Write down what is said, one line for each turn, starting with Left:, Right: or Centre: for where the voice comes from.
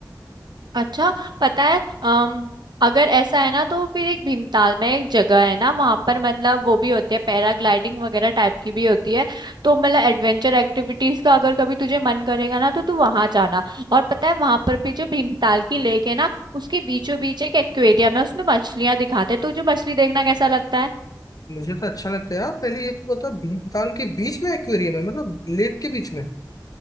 Right: अच्छा पता है अम, अगर ऐसा है ना तो फिर एक भीमताल में एक जगह है ना वहां पर मतलब वो भी होती है पैराग्लाइडिंग वगैरह टाइप की भी होती है तो मतलब एडवेंचर एक्टिविटीज का अगर कभी तुझे मन करेगा ना तो तू वहां जाना और पता है वहां पर भी जो भीमताल की लेक है ना उसके बीचों बीच एक एक्वेरियम है उसमें मछलियां दिखाते हैं तुझे मछली देखना कैसा लगता है
Left: मुझे तो अच्छा लगता है यार पहले ये तू बता भीमताल के बीच में एक्वेरियम है मतलब लेक के बीच में